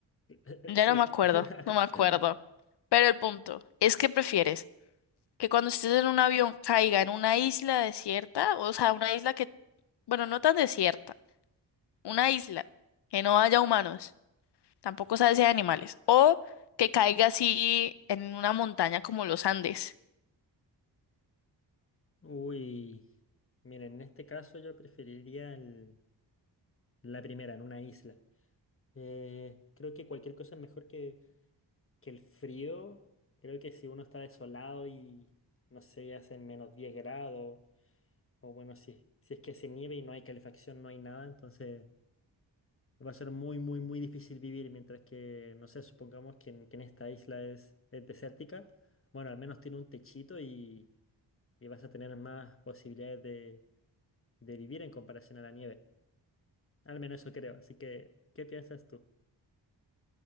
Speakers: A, on the left; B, on the left.
A: <laughs>
B: Ya
A: sí.
B: no me acuerdo,
A: <laughs>
B: no me acuerdo. Pero el punto es que prefieres que cuando estés en un avión caiga en una isla desierta, o sea, una isla que, bueno, no tan desierta, una isla que no haya humanos Tampoco sabe si hay animales. O que caiga así en una montaña como los Andes.
A: Uy, miren, en este caso yo preferiría el- la primera, en una isla. Eh, creo que cualquier cosa es mejor que, que el frío. Creo que si uno está desolado y no sé, hacen menos 10 grados, o bueno, si, si es que se nieve y no hay calefacción, no hay nada, entonces va a ser muy, muy, muy difícil vivir. Mientras que, no sé, supongamos que en, que en esta isla es, es desértica, bueno, al menos tiene un techito y, y vas a tener más posibilidades de, de vivir en comparación a la nieve. Al menos eso creo. Así que, ¿qué piensas tú?